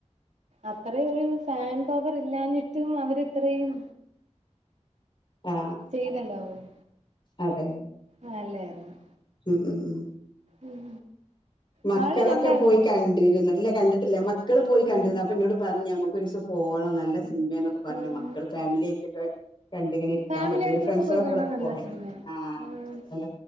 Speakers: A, on the right; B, on the left.
A: അത്രേം ഒരു ഫാൻ പവറില്ലാഞ്ഞിട്ടും അവരിത്രയും
B: ആഹ്
A: ചെയ്തല്ലോ അങ്ങനെ
B: അതെ
A: നല്ലെയാരുന്നു
B: ഉം ഉം ഉം
A: ഉം
B: മക്കളൊക്കെ
A: വാഴ കണ്ടായിരുന്നോ
B: പോയി കൺ ണ്ടിരുന്നു ഇല്ല കണ്ടിട്ടില്ല മക്കള് പോയി കണ്ടിരുന്നു
A: ഉം
B: അപ്പൊ ഇന്നോട് പറഞ്ഞു ഞമ്മുക്ക് ഒരിസം പോകണംന്ന് നല്ല സ് സിനിമേന്നൊക്കെ പറഞ്‌
A: ഉം
B: മക്കള് ഫാമിലി ആയിട്ടൊക്കെ കണ്ടിങ്ങനെ ഇരിക്കാൻ
A: ഫാമിലി
B: പറ്റും
A: ആയിട്ടൊക്കെ
B: ഓല് ഫ്രണ്ട്സ്കള
A: പോയി കാണാൻ
B: കൂടെക്കെ
A: നല്ല
B: പോകേണ്ട്
A: സിനിമയാ
B: ആഹ്
A: ഉം